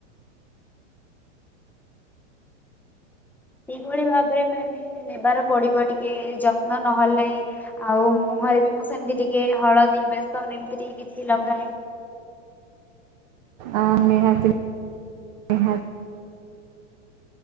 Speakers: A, in the centre; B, on the right.
A: ଏଇଭଳି ଭାବ ରେ ମାନେ ନେବାର ପଡିବନି ଟିକେ ଯତ୍ନ ନହଲେ ନାଇଁ ଆଉ ମୁଁହଁରେ ବି ସେମିତି ଟିକେ ହଳଦୀ ବେସନ ଏମିତି ଟେ କିଛି ଲଗାଏ।
B: ଅଁ ନିହାତି ନିହାତି